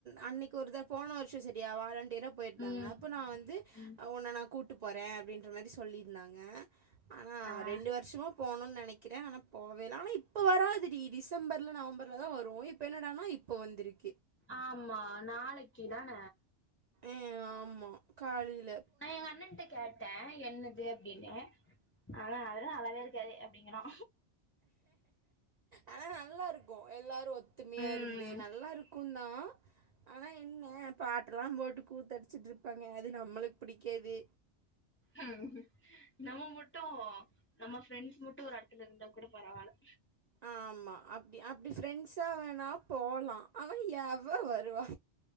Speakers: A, on the right; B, on the left.
A: அன்னைக்கு ஒரு தட போன வருஷம் சரியா வாழ போயிருந்தாங்க
B: ம்
A: அப்ப நான் வந்து
B: ம்
A: உன்ன நான் கூட்டட்டு போறேன் அப்படின்ற மாதிரி சொல்லியிருந்தாங்க <inaudible> ஆனா
B: ஆ
A: ரெண்டு வருஷமும் போகணும்னு நினைக்கிறேன் ஆனா போவேன் வேலா ஆனா இப்ப வராது டிசம்பர்ல நவம்பர்லதா வரும் இப்ப என்னடன்னா இப்ப வந்திருக்கு
B: ஆமா நாளைக்கு தான
A: ம் ஆமா காலைல
B: நா எங்க அண்ணன்ட்ட கேட்டே என்னது என்ன ஆனா அதுல அழகா இருக்காது அப்டிங்கறா
A: ஆனா நல்லா இருக்கு எல்லாரு ஒத்துமையா
B: ம்
A: இருந்து நல்லா இருக்கு ஆனா என்ன பாட்டலாம் போட்டு கூத்தடிச்சுட்டு இருப்பாங்க அது நம்மளுக்கு பிடிக்காது
B: ம் நம்ம மட்டு நம்ம ஃப்ரெண்ட்ஸ் மட்டும் ஒரு எடத்துல இருந்தா கூட பரவாயில்ல
A: ஆமா அப்டி அப்டி ஃப்ரெண்ட்ஸா வேணா போலா ஆனா எவ வருவா